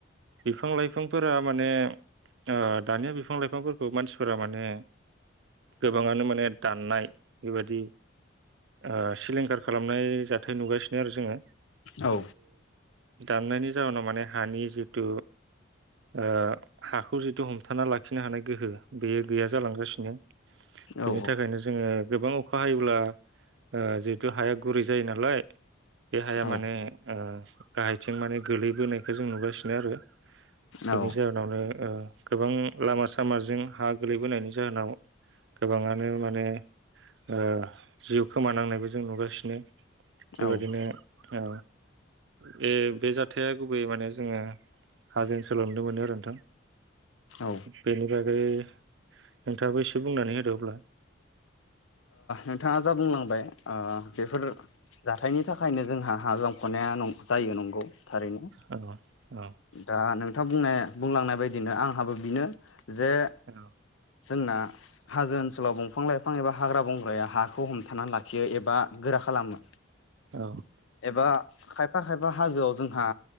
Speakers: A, on the right (about 65°); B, on the left (about 75°).
A: बिफां लाइफांफोरा माने ओ दानिया बिफां लाइफांफोरखौ मानसिफोरा माने गोबाङानो माने दाननाय बेबायाददि ओ सिलिंखार खालामनाय जाथाय नुगासिनो आरो जोंङो
B: औ
A: दाननायनि जाउनाव माने हानि जिथु ओ हाखौ जि तु हमथाना लाखिनो हानाय गोहोआ बेयो गैया जालांगासिनो बेनि
B: औ
A: थाखायनो जोंङो गोबां अखा हायोब्ला ओ जिहितु हाया गुरै जायो नालाय बे हाया
B: औ
A: माने ओ गाहायथिं माने गोलैबोनायखौ जों नुगासिनो आरो बेनि
B: औ
A: जाहोनावनो ओ गोबां लामा सामाजों हा गोलैबोनायनि जाहोनाव गोबाङानो माने ओ जिउ खोमानांनायबो जों नुगासिनो। बेबायदिनो
B: औ
A: औ बे बे जाथाया गुबै माने जोङो हाजों ओनसोलाव नुनो मोनो आरो नोंथां।
B: ओ
A: बेनि बागै नोंथाङाबो एसे बुंनानै होदो अब्ला
B: नोंथाङा जा बुंलांबाय ओ बेफोर जा हाथायनि थाखायनो जोंहा हा जाख'नाया नं जायो नंगौ थारैनो
A: औ औ
B: दा नों थां बुंनाय बुंलांनाय बायदिनो आंहाबो बिनो जे
A: औ
B: जोंना हाजो ओनसोलाव दंफां लाइ फां एबा हाग्रा बंग्राया हाखौ हमथानानानै लाखियो एबा गोरा खालामो
A: औ
B: एबा खायफा खायफा हाजोआव जोंहा